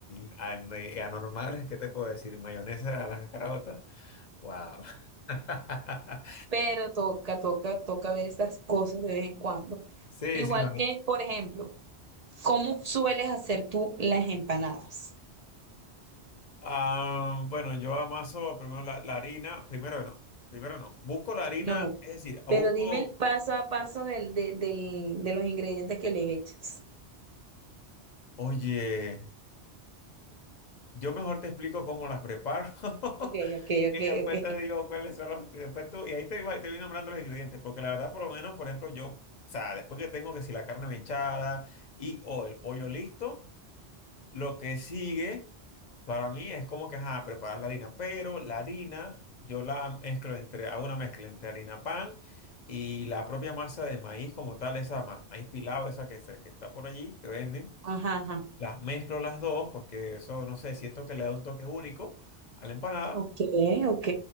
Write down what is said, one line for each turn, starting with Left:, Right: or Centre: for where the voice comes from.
Left: y an- y anormales, ¿qué te puedo decir? Mayonesa a las carotas. Wow. <laughs>
Right: pero toca, toca, toca ver estas cosas de vez en cuando.
Left: Sí,
Right: Igual
Left: sí, no.
Right: que, por ejemplo, ¿cómo sueles hacer tú las empanadas?
Left: Ah, bueno, yo amaso primero la, la harina, primero no, primero no. Busco la harina,
Right: No, no.
Left: es decir,
Right: Pero
Left: busco,
Right: dime el paso a paso del, de, del- de los ingredientes que le echas.
Left: oye, yo mejor te explico cómo las preparo <laughs>
Right: Ok, ok, ok,
Left: y después
Right: ok.
Left: te digo cuáles son los, después tú, y ahí te, vas- te voy nombrando los ingredientes, porque la verdad, por lo menos, por ejemplo, yo, o sea, después que tengo que si la carne mechada y o el pollo listo, lo que sigue. Para mí es como que, ajá, preparar la harina, pero la harina yo la mezclo entre, hago una mezcla entre harina pan y la propia masa de maíz como tal, esa ma- maíz pilado, esa que, se- que está por allí, que venden.
Right: Ajá, ajá.
Left: Las mezclo las dos porque eso, no sé, siento que le da un toque único a la empanada.
Right: Ok, ok.